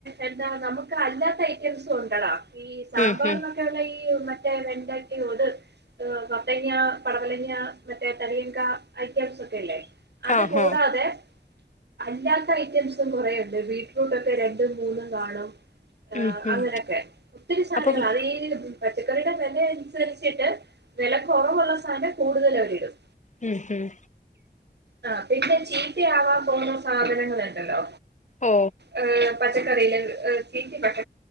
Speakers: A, on the right (about 70°); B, on the left (about 45°).
A: എന്താ നമുക്ക് അല്ലാത്ത ഐറ്റംസും ഉണ്ടടാ ഈ സാമ്പാറിനു
B: ഉം ഉം
A: ഒ ക്കെയുള്ള ഈ മറ്റേ വണ്ടക്ക അ. ത് മത്തങ്ങ പടവലങ്ങ മറ്റേ എയറ്റംസ് ഒക്കെയി ല്ലേ അത്
B: ആഹാ
A: കൂടാതെ അല്ലാ ഐറ്റംസും കുറേഒ ണ്ട് ബീറ്റ്റൂട്ട ഒക്കെ രണ്ടും മൂന്നും കാണും ആ്
B: ഉം
A: അങ്ങനെയൊക്കെ
B: ഉം
A: ഒത്തിരി സാധനങ്ങൾ
B: അപ്പം
A: അത് ഈ പച്ചക്കറിയുടെ വിലയനുസരിച്ചിട്ട് വില കുറവുള്ള സാധനം കൂടുതൽ അവരി ടും
B: ഉം ഹം
A: ആ പിന്നെ ചീത്തയാവാൻ പോകുന്ന സാധനങ്ങൾ ഉണ്ടല്ലോ
B: ഓ
A: അഹ പച്ചക്കറി കല്ല ച പറ്റ